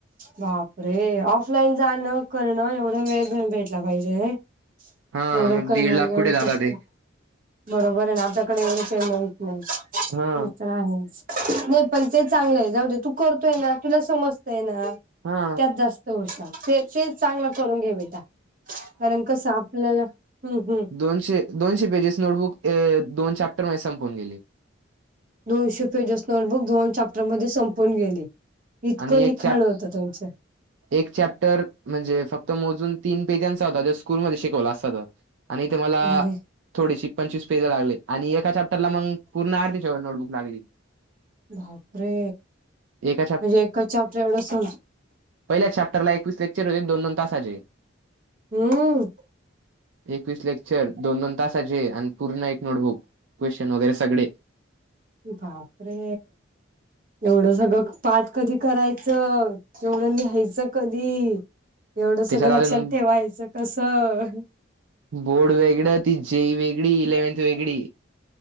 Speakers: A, on the right; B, on the right.
A: बापरे! ऑफलाईन जाणं, करणं एवढा वेळ पण भेटला पाहिजे.
B: हा
A: एवढं
B: मग
A: करणार
B: दीड लाख
A: एवढं
B: कुठे जाता
A: कस.
B: ते
A: बरोबर आहे ना आपल्याकडे एवढंच माहीत नाही
B: हा
A: हे तर आहे. नाही पण ते चांगलं आहे. जाऊ दे, तू करतोय ना, तुला समजतय ना,
B: हा
A: त्यात जास्त त ते तेच चांगलं करून घे बेटा त्या कारण कसं आपल्याला ह ह.
B: दोनशे-दोनशे पेजेस नोटबुक दोन चॅप्टर मध्ये संपून गेली.
A: दोनशे पेजेस नोटबुक दोन चाप्टर मध्ये संपून गेले इतकं
B: आणि एक
A: लिखाण
B: चॅप्टर
A: हो त्यांचे
B: एक चॅप्टर म्हणजे फक्त मोजून तीन पेजांचा होता जो स्कूलमध्ये शिकवला अस हो आणि इथं ते मला
A: अरे
B: थोडेशी पंचवी पेज लागले. आणि एका चॅप्टर मग पूर्ण अर्तीे नोटबुक लागली.
A: बापरे!
B: एका
A: म्हणजे एकच चॅप्टर ला एवढं समज
B: पहिल्याच चॅप्टरला एकवीस लेक्चर होते दोन दोन तासाचे
A: हम्म
B: एकवीस लेक्चर दोन- दोन तासाचे, आणि पूर्ण एक नोटबुक. क्वेश्चन वगैरे सगळे
A: बापरे! एवढं सगळं पाठ कधी करायचं? एवढं लिहायचं कधी? एवढं सगळं
B: त्याच्यात
A: लक्षात
B: अजून
A: ठेवायचं कसं?
B: बोर्ड वेगळं, ती जेई वेगळी, इलेव्हन्थ वेगळी.